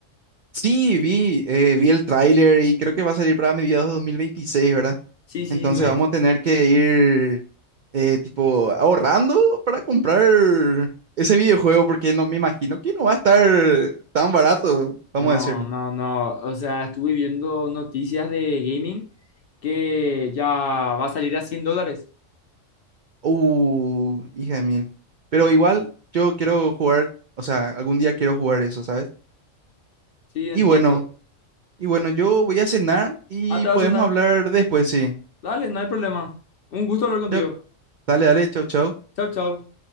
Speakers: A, on the right (about 65°); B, on the left (about 55°).
A: Sí, vi, eh, vi el tráiler y creo que va a salir para mediados de 2026, ¿verdad?
B: Sí, sí,
A: Entonces
B: sí, me...
A: vamos a tener que ir eh, tipo ahorrando para comprar ese videojuego porque no me imagino que no va a estar tan barato, vamos
B: No,
A: a decirle.
B: no, no. O sea, estuve viendo noticias de gaming que ya va a salir a 100 dólares.
A: Uh, hija de mil. Pero igual yo quiero jugar, o sea, algún día quiero jugar eso, ¿sabes?
B: Sí, entiendo.
A: Y bueno, y bueno, yo voy a cenar y
B: Ah, te
A: podemos
B: va a cenar.
A: hablar después, sí.
B: Dale, no hay problema. Un gusto hablar contigo.
A: Yo- dale, dale, chau, chau.
B: Chao, chao.